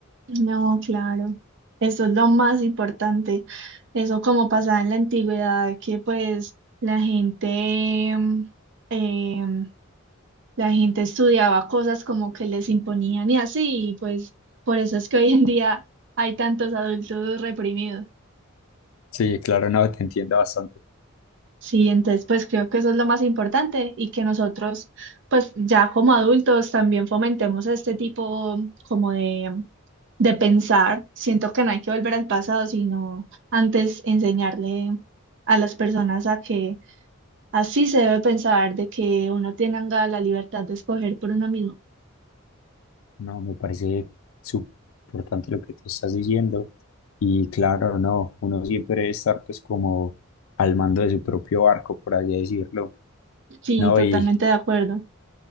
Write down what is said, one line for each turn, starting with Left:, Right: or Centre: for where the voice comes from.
Right: No, claro, eso es lo más importante. Eso como pasaba en la antigüedad, que pues la gente, mm, em, la gente estudiaba cosas como que les imponían y así, y pues por eso es que hoy en día hay tantos adultos reprimidos.
Left: Sí, claro, no, te entiendo bastante.
Right: Sí, entonces pues creo que eso es lo más importante y que nosotros pues ya como adultos también fomentemos este tipo como de, de pensar. Siento que no hay que volver al pasado, sino antes enseñarle a las personas a que así se debe pensar, de que uno tenga la libertad de escoger por uno mismo.
Left: No, me parece súper importante lo que tú estás diciendo. Y claro, no, uno siempre debe estar pues como al mando de su propio barco, por así decirlo.
Right: Sí,
Left: No,
Right: totalmente
Left: y
Right: de acuerdo.